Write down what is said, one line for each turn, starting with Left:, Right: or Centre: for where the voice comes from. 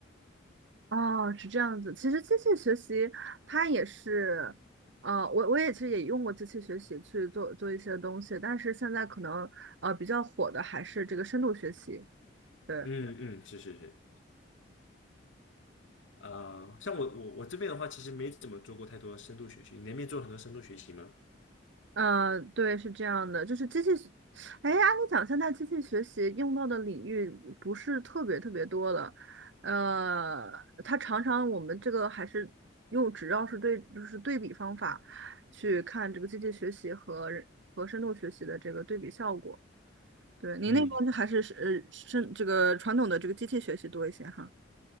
Right: 哦，是这样子。其实机器学习它也是，呃，我我也其实也用过机器学习去做做一些东西，但是现在可能呃比较火的还是这个深度学习，对。
Left: 嗯嗯，是是是，呃，像我我我这边的话，其实没怎么做过太多深度学习。你那边做很多深度学习吗？
Right: 嗯，呃对，是这样的，就是机器学，哎，按理讲，现在机器学习用到的领域不是特别特别多了，呃，它常常我们这个还是用只要是对，就是对比方法去看这个机器学习和人和深度学习的这个对比效果。对，您那边还是是呃深这个传统的这个机器学习多一些哈。
Left: 嗯。